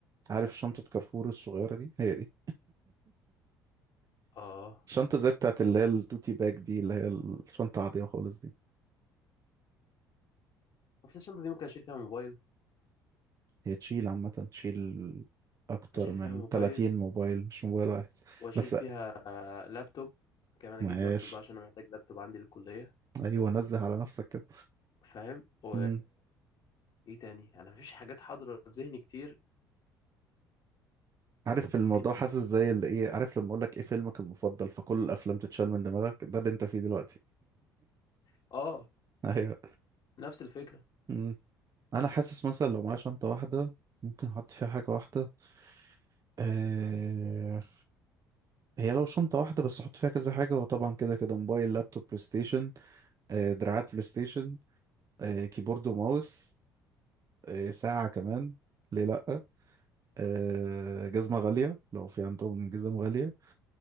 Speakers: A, on the right (about 35°); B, on the left (about 45°).
A: عارف شنطه كارفور الصغيره دي هي دي
B: اه
A: الشنطه زي بتاعت اللي هي التوتي باج دي اللي هي الشنطه العاديه خالص دي
B: اصل الشنطه دي ممكن اشيل فيها موبايل
A: هي تشيل عامة تشيل أكتر
B: اشيل
A: من
B: فيها موبايل
A: 30 موبايل مش موبايل واحد
B: واشيل
A: بس
B: فيها آه، لابتوب كمان اجيب
A: ماشي
B: لابتوب بقى عشان انا محتاج لابتوب عندي للكليه
A: أيوه نزه على نفسك كده
B: فاهم و
A: مم.
B: ايه تاني انا مفيش حاجات حاضره في ذهني كتير
A: عارف الموضوع
B: ممكن ايه
A: حاسس زي اللي إيه عارف لما أقول لك إيه فيلمك المفضل فكل الأفلام تتشال من دماغك ده اللي أنت فيه دلوقتي
B: <clears throat> اه
A: <laughs> أيوه
B: نفس الفكره
A: مم. أنا حاسس مثلا لو معايا شنطة واحدة ممكن أحط فيها حاجة واحدة آه، هي لو شنطة واحدة بس أحط فيها كذا حاجة وطبعا كده كده موبايل لابتوب بلاي ستيشن آه، دراعات بلاي ستيشن آه، كيبورد وماوس آه، ساعة كمان ليه لأ آه، جزمة غالية لو في عندهم جزم غالية